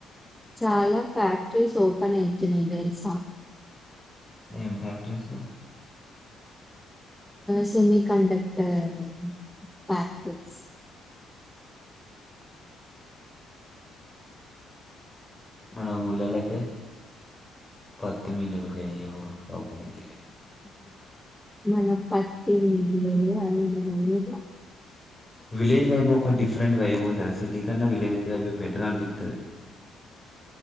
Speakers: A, in the centre; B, on the left (about 20°).
A: చాలా ఫ్యాక్టరీస్ ఓపెన్ అయితున్నాయి తెలుసా.
B: ఏం ఫ్యాక్టరీస్.
A: Semiconductor factories.
B: మన ఊళ్ళలో అయితే పత్తి మిల్లులుకి అయ్యే ఓపెన్ అయితాయి.
A: మన పత్తి మిల్లులు అవి మన ఊర్ల.
B: విలేజ్ వైబ్ ఒక డిఫరెంట్ వైబ్ ఉంటాది సిటీ కన్నా విలేజ్ వైబ్ బెటర్ అనిపిస్తాది.
A: ఆ.